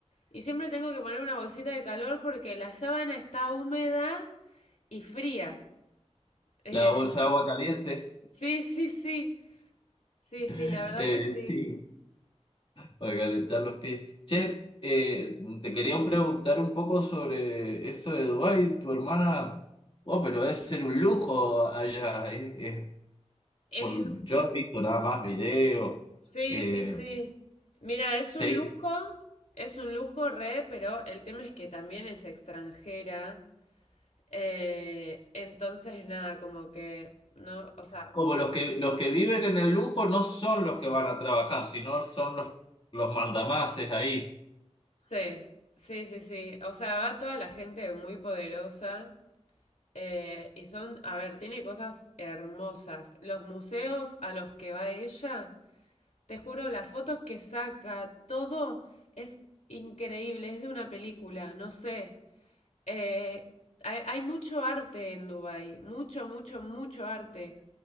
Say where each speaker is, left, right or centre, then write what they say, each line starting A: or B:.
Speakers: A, on the left; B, on the left.
A: Y siempre tengo que poner una bolsita de calor porque la sábana está húmeda y fría. Eh,
B: la bolsa de agua caliente,
A: sí, sí, sí. Sí, sí,
B: <laughs>
A: la verdad
B: eh,
A: que sí.
B: sí, para calentar los pies. Che, eh, te quería preguntar un poco sobre eso de Dubái, tu hermana. Oh, pero debe ser un lujo allá. eh, eh,
A: Es,
B: por, yo he visto nada más videos.
A: sí,
B: eh,
A: sí, sí. Mira, es
B: sé
A: un lujo, es un lujo re, pero el tema es que también es extranjera. Eh, entonces, nada, como que, no, o sea,
B: Como los
A: ah,
B: que, los que viven en el lujo no son los que van a trabajar, sino son los, los mandamases ahí.
A: sí, sí, sí, sí. O sea, va toda la gente muy poderosa. Eh, y son, a ver, tiene cosas hermosas. Los museos a los que va ella, te juro, las fotos que saca, todo es increíble, es de una película, no sé. Eh, hay, hay mucho arte en Dubái, mucho, mucho, mucho arte.